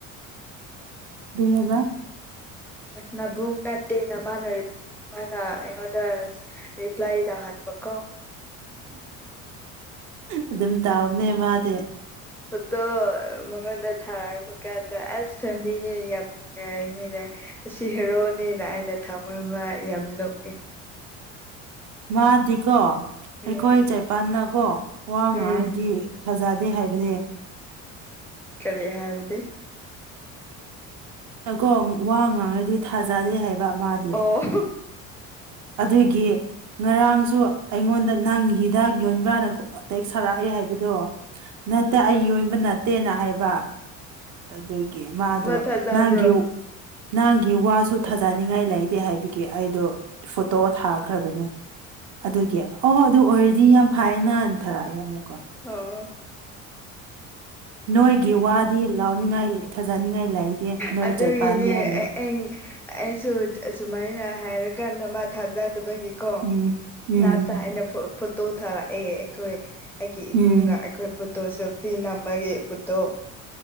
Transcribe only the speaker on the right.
ꯀ꯭ꯔꯤ ꯍꯥꯏꯕ
ꯑꯗꯨꯝ ꯇꯥꯎꯅꯦ ꯃꯥꯗꯤ
ꯃꯥꯗꯤꯀꯣ
ꯑꯩꯈꯣꯏ ꯆꯥꯏꯄꯟꯅꯀꯣ ꯋꯥ
ꯉꯥꯔꯗꯤ ꯐꯖꯗꯦ ꯍꯥꯏꯕꯅꯦ
ꯀꯣ ꯋꯥ ꯉꯥꯡꯔꯗꯤ ꯊꯥꯖꯥꯗꯦ ꯍꯥꯏꯕ ꯃꯥꯗꯤ
ꯑꯗꯨꯒꯤ ꯉꯔꯥꯡꯁꯨ ꯑꯩꯉꯣꯟꯗ ꯅꯪꯒꯤ ꯍꯤꯗꯥꯛ ꯌꯣꯟꯕ꯭ꯔꯥꯅꯀꯣ ꯇꯦꯛꯁ ꯊꯥꯔꯛꯑꯦ ꯍꯥꯏꯕꯗꯣ ꯅꯠꯇ ꯑꯩ ꯌꯣꯟꯕ ꯅꯠꯇꯦꯅ ꯍꯥꯏꯕ ꯑꯗꯨꯗꯒꯤ ꯃꯥꯗꯣ
ꯅꯪꯒꯤ ꯅꯪꯒꯤ ꯋꯥꯁꯨ ꯊꯥꯖꯅꯤꯡꯉꯥꯏ ꯂꯩꯇꯦ ꯍꯥꯏꯕꯒꯤ ꯑꯩꯗꯣ ꯐꯣꯇꯣ ꯊꯥꯈ꯭ꯔꯕꯅꯦ ꯑꯗꯨꯒꯤ ꯑꯣꯍꯣꯏ ꯑꯗꯨ ꯑꯣꯏꯔꯗꯤ ꯌꯥꯝ ꯍꯥꯏꯅ ꯍꯟꯊꯔꯛꯑꯦ ꯑꯃꯨꯛ
ꯅꯣꯏꯒꯤ ꯋꯥꯗꯤ ꯂꯥꯎꯅꯤꯡꯉꯥꯏ ꯊꯥꯖꯅꯤꯡꯉꯥꯏ ꯂꯩꯇꯦ ꯅꯣꯏ
ꯆꯩꯄꯥꯟꯗꯦ ꯍꯥꯏꯌꯦ
ꯎꯝ ꯎꯝ
ꯎꯝ